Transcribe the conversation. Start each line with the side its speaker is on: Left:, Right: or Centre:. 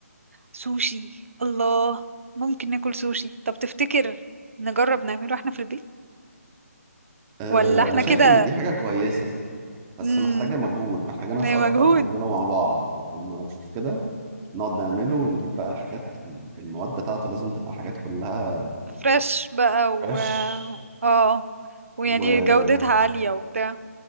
Right: سوشي الله ممكن ناكل سوشي طب تفتكر نجرب نعمله احنا في البيت
Centre: آه
Right: ولا احنا
Centre: أنا شايف
Right: كده
Centre: إن دي حاجة كويسة بس
Right: امم
Centre: محتاجة مجهود محتاجة ناس
Right: ده
Centre: أكتر
Right: مجهود
Centre: نعمله مع بعض بقى إنه نشوف كده نقعد نعمله ونجيب بقى الحاجات المواد بتاعته لازم تبقى حاجات كلها
Right: فريش بقى و
Centre: فريش
Right: اه ويعني
Centre: و...
Right: جودتها عالية وبتاع